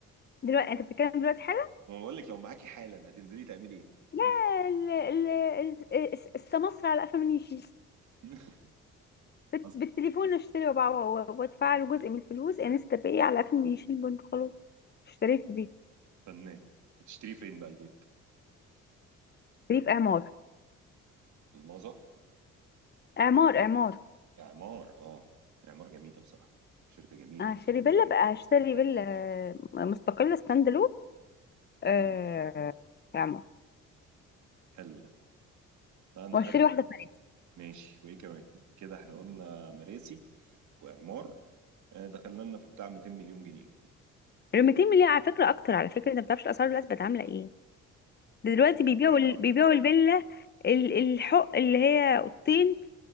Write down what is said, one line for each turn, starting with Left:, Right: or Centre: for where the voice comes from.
Left: دلوقتي انت بتتكلم دلوقتي حالا
Right: ما بقول لك لو معاكي حالا هتنزلي تعملي ايه
Left: لا ال... ال... ال- الس- السمسرة على قفا من يشيل
Right: <laughs>
Left: بت...
Right: أصل
Left: بالتليفون اشتري وبع- و- وادفع له جزء من الفلوس انستا باي على قفا من يشيل بنت خلاص اشتريت بيت
Right: فنان هتشتري فين بقى البيت؟
Left: اشتريت عمار
Right: الماظة
Left: عمار عمار
Right: اعمار اه اعمار جميله بصراحه شركه جميله
Left: هشتري
Right: يعني.
Left: فيلا بقى هشتري فيلا مستقلة ستاند آه
Right: مم.
Left: يا عمر
Right: حلو ده لا، انا
Left: واشتري
Right: اروق
Left: واحده
Right: من
Left: ثانيه
Right: كده ماشي وايه كمان كده احنا قلنا مراسي واعمار آه، دخلنا لنا في بتاع 200 مليون جنيه
Left: ال 200 مليون على فكره اكتر على فكره انت ما بتعرفش الاسعار دلوقتي بقت عامله ايه ده دلوقتي بيبيعوا
Right: متابع
Left: ال-
Right: والله
Left: بيبيعوا الفيلا ال- الحق اللي هي اوضتين